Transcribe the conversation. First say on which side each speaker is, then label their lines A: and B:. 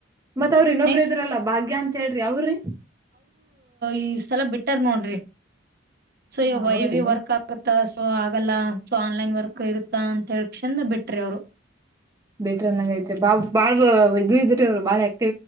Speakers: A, on the right (about 20°); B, on the right (about 55°).
A: ಮತ್ ಅವ್ರ ಇನ್ನೊಬ್ರ
B: ನೆಕ್ಸ್ಟ್
A: ಇದ್ರಲ್ಲ ಭಾಗ್ಯ ಅಂತ ಹೇಳ್ರಿ ಅವ್ರಿ
B: ಈ ಸ್ಲ ಬಿಟ್ಟಾರ್ ನೋಡ್ರಿ ಸೊಯ
A: ಹೌದ್ರಿ
B: ಎವಿ ವರ್ಕ್ ಆಗುತ್ತ ಸೊ ಆಗಲ್ಲ ಸೊ ಆನ್ಲೈನ್ ವರ್ಕ್ ಇರುತ್ತ ಅಂತ ಹೇಳ ಚಂದ ಬಿಟ್ರಿ ಅವ್ರು
A: ಬೇಟ್ರ ನಂಗ ಐತೆ ಬಾ ಬಾಳ ಇದ್ ಇದ್ರ ಅವ್ರು ಬಾಳ ಯ